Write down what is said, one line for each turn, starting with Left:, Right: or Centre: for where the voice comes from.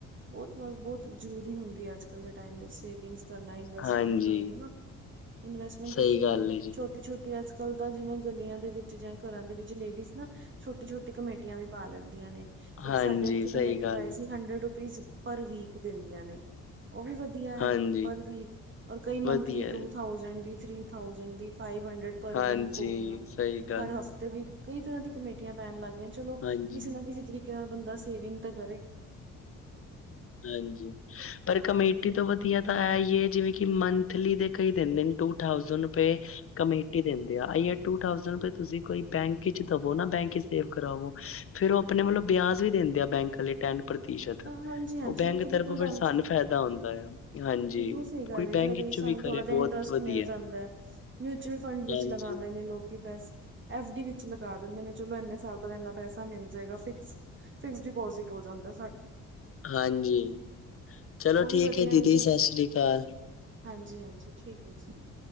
Right: ਬਹੁਤਬ, ਬਹੁਤ ਜਰੂਰੀ ਹੁੰਦੀ ਹੈ, ਅੱਜ ਕੱਲ ਦੇ ਟਾਈਮ ਵਿੱਚ ਸੇਵਿੰਗਸ। ਕਰਨਾ, ਇਨਵੈਸਟਮੈਂਟ
Left: ਹਾਂਜੀ
Right: ਕਰਨ ਨਾ, ਇਨਵੈਸਟਮੈਂਟ
Left: ਸਹੀ
Right: ਤੁਸੀਂ
Left: ਗੱਲ ਹੈ ਜੀ,
Right: ਛੋ ਛੋਟੀ, ਅੱਜ ਕੱਲ ਤਾਂ ਜਿਵੇਂ ਗਲੀਆਂ ਦੇ ਵਿੱਚ ਜਾਂ ਘਰਾਂ ਦੇ ਵਿੱਚ ਲੇਡੀਜ਼ ਨਾ ਛੋਟੀ-ਛੋਟੀ ਕਮੇਟੀਆਂ ਵੀ ਪਾ ਲੈਂਦੀਆਂ ਨੇ, ਇੱਕ
Left: ਹਾਂਜੀ
Right: ਸਾਡੇ ਇੱਥੇ
Left: ਸਹੀ
Right: ਕਮੇਟੀ
Left: ਗੱਲ
Right: ਪਾਾਈ
Left: ਹੈ,
Right: ਸੀ, ਹੰਡਰਡ ਰੁਪੀਜ਼ ਪਰ ਵੀਕ ਦਿੰਦੀਆਂ ਨੇ। ਉਹ ਵੀ ਵਧੀਆ ਹੈ,
Left: ਹਾਂਜੀ
Right: ਪਰ ਵੀਕ ਚ ਕਈ ਮੰਥਲੀ
Left: ਵਧੀਆ
Right: ਟੂ-
Left: ਜੀ,
Right: ਥਠਾਉਸੈਂਡ ਦੀ ਥੱਰੀ ਥਾਉਜੈਂਡ ਵੀ ਫਾਈਵ ਹੰਡਰਡ, ਪਰ
Left: ਹਾਂਜੀ
Right: ਵੀਕ ਹੋ ਗਿਆ
Left: ਸਹੀ ਗੱਲ
Right: ਹਰ ਹਫ਼ਤੇ
Left: ਹੈ,
Right: ਵੀ ਕਈ ਤਰ੍ਹਾਂ ਦੀਆਂ ਕਮੇਟੀਆਂ ਪੈਣ ਲੱਗ ਗਈਆਂ, ਚਲੋ
Left: ਹਾਂਜੀ,
Right: ਕਿਸੇ ਨਾ ਕਿਸੇ ਤਰੀਕੇ ਨਾਲ, ਬੰਦਾ ਸੇਵਿੰਗ ਤਾਂ ਕਰੇ।
Left: ਹਾਂਜੀ। ਪਰ ਕਮੇਟੀ ਤੋਂ ਵਧੀਆ ਤਾਂ ਐ ਈ ਏ, ਜਿਵੇਂ ਕਿ ਮੰਥਲੀ ਦੇ ਕਈ ਦਿੰਦੇ ਟੂ ਠਾਉਸੈਂਡ ਰੁਪਏ। ਕਮੇਟੀ ਦਿੰਦੇ ਆ, ਅਈ ਅ ਟੂ ਥਸਡ ਤੁਸੀਂ ਕੋਈ ਬੈਂਕ ਵਿਚ ਦਵੋ ਨਾ, ਬੈਂਕ ਵਿਚ ਸੇਵ ਕਰਾਵੋ। ਫੇਿਰ ਉਹ ਆਪਣੇ ਵਲੋਂ ਵਿਆਜ ਵੀ ਦਿੰਦੇ ਆ, ਬੈਂਕ ਆਲੇ ਟੈਨ ਪ੍ਰਤੀਸ਼ਤ।
Right: ਹਾਂਜੀ ਹਾਂਜੀ,
Left: ਉਹ ਬੈਂਕ
Right: ਉੱਥੇ ਬਿਲਕੁਲ
Left: ਤਰਫੋਂ ਫਿਰ
Right: ਡੰ,
Left: ਸਾਨੂੰ ਫਾਇਦਾ ਹੁੰਦਾ ਆ ਹਾਂਜੀ
Right: ਬਿਲਕੁਲ ਸਹੀ ਕਰਦੇ
Left: ਕੋਈ ਬੈਂਕ
Right: ਜੀ, ਉਹਦੇ
Left: ਵਿੱਚੋਂ
Right: ਵਿੱਚ ਸਾਨੂੰ
Left: ਵੀ ਕਰੇ
Right: ਥੋੜਾ ਟਾਈਮ
Left: ਬਹੁਤ
Right: ਟਸਟ
Left: ਵਧੀਆ
Right: ਮਿਲ ਜਾਂਦਾ ਹੈ, ਮਿਊਚੁਅਲ ਫੰਡ ਵਿੱਚ
Left: ਹਾਂਜੀ,
Right: ਲਗਾਉਂਦੇ ਨੇ ਲੋਕੀ ਪੈਸੇ ਐਫ ਡੀ ਵਿੱਚ ਲਗਾ ਦਿੰਦੇ ਨੇ, ਚਲੋ ਇੰਨੇ ਸਾਲ ਬਾਅਦ ਇੰਨਾ ਪੈਸਾ ਮਿਲ ਜਾਏਗਾ ਫਿਕਸ। ਫਿਕਸ ਡਿਪੋਜਿਟ ਹੋ ਜਾਂਦਾ ਸਾਡੇ।
Left: ਹਾਂਜੀ, ਚਲੋ
Right: ਉਹ ਵੀ
Left: ਠੀਕ
Right: ਵਧੀਆ
Left: ਹੈ ਦੀਦੀ,
Right: ਨੇ ਚਲੋ
Left: ਸਤਿ ਸ੍ਰੀ ਅਕਾਲ।
Right: ਹਾਂਜੀ, ਹਾਂਜੀ ਠੀਕ ਹੈ ਜੀ।